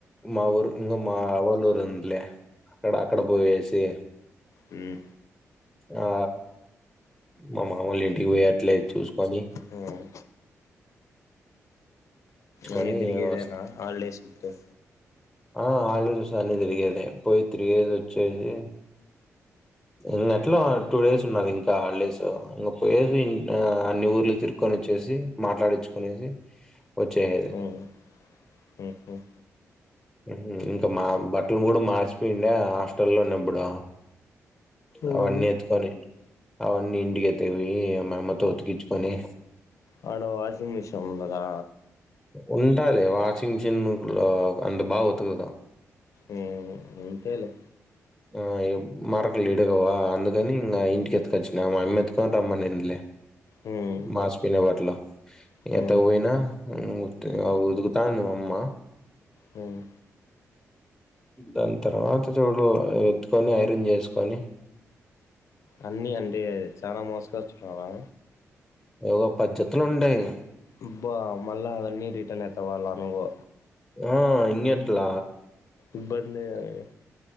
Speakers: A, in the centre; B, on the left.
A: మా ఊరు ఇంగ మావోలురుందిలే. అక్కడ అక్కడ బోయేసి
B: ఉమ్
A: ఆ మా మామోల ఇంటికి పోయి అట్లే చూసుకొని
B: హ్మ్
A: కొని
B: అన్ని తిరిగేదేనా
A: వస్
B: హాలీడేస్ మొత్తం
A: ఆ హాలీడేస్ అన్ని తిరిగేదే, పోయి తిరిగేసి ఒచ్చేసి ఇంగ ఎట్లా టూ డేస్ ఉన్నాది ఇంకా హాలిడేస్, ఇగ పోయేసి ఆ అన్ని ఊర్లు తిరుగ్ కొన్ని చూసి, మాట్లాడిచ్చుకునేసి వచ్చేయాలి.
B: హ్మ్ హ్మ్ హ్మ్
A: ఉమ్ ఇంకా మా బట్టలు కూడా మార్చిపోయిండే హాస్టల్లో ఉన్నప్పుడు.
B: అవునులే
A: అవన్నీ ఎత్తుకొని, అవన్నీ ఇంటికి ఎత్తూకుపొయ్యి మాఅమ్మతో ఉతికిచ్చుకొని
B: అవును వాషింగ్ మెషీన్ ఉండదా
A: ఉంటాది వాషింగ్ మిషిన్ లో ఇప్పుడు అంత బాగా ఉతకదు.
B: ఉమ్ అంతేలే
A: ఆ ఇగ్ మరక లీడుగవా అందుకని ఇంగా ఇంటికిత్కొచ్చినా, మా అమ్మ ఎత్తుకొని రమ్మనిందిలే.
B: హ్మ్
A: మాసిపోయిన బట్టలు
B: హ్మ్
A: ఎత్తకపోయినా, ఉమ్ ఉత్ ఉతుకుతాంది మా అమ్మ
B: హ్మ్
A: దాన్ తర్వాత చూడు ఎత్కొని ఐరన్ జేసుకొని
B: అన్ని అంటే చాలా మోసుకొచ్చున్నావా.
A: ఒగా పది జతల్ ఉంటాయి
B: అబ్బా మళ్ళా అవన్నీ రిటర్న్ ఎత్తవాళ్ళు నువ్వు
A: ఆ ఇంగెట్ల
B: ఇబ్బందే అయ్యి